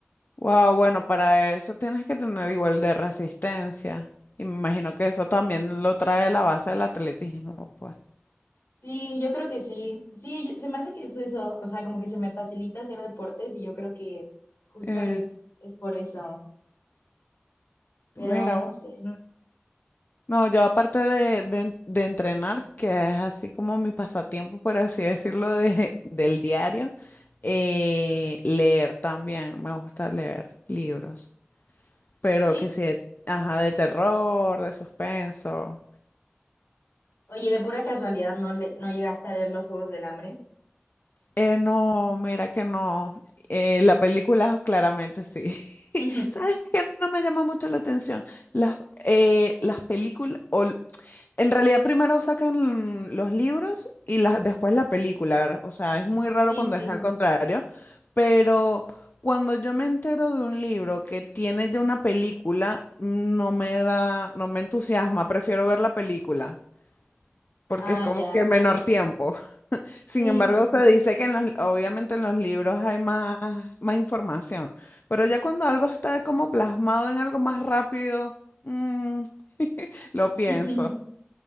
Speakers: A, on the left; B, on the left.
A: Wow, bueno, para eso tienes que tener igual de resistencia. Y me imagino que eso también lo trae la base del atletismo, pues.
B: Sí, yo creo que sí. Sí, yo- se me hace que es eso, o sea, como que se me facilita hacer deportes y yo creo que justo
A: Eh,
B: es, es por eso, pero
A: mira,
B: no
A: bueno.
B: sé.
A: eh. No, yo aparte de, de, de entrenar, que es así como mi pasatiempo, por así decirlo, de, del diario, eh, leer también, me gusta leer libros, pero
B: Sí,
A: que sí, ajá, de terror, de suspenso.
B: oye, de pura casualidad no le, no llegaste a leer los Juegos del Hambre.
A: Eh, no, mira que no. Eh, la película claramente sí. <laughs>
B: <laughs>
A: ¿Sabes qué? No me llama mucho la atención. Las, eh, las películas, o, l- en realidad primero sacan los libros y las después la película. O sea, es muy raro
B: Sí,
A: cuando
B: sí.
A: es al contrario, pero cuando yo me entero de un libro que tiene ya una película, no me da, no me entusiasma, prefiero ver la película, porque
B: Ah,
A: es como
B: ya.
A: que menor tiempo. Sin
B: Sí,
A: embargo,
B: sí.
A: se dice que en los, obviamente en los libros hay más, más información, pero ya cuando algo está como plasmado en algo más rápido, mm, <laughs> lo
B: <laughs>
A: pienso.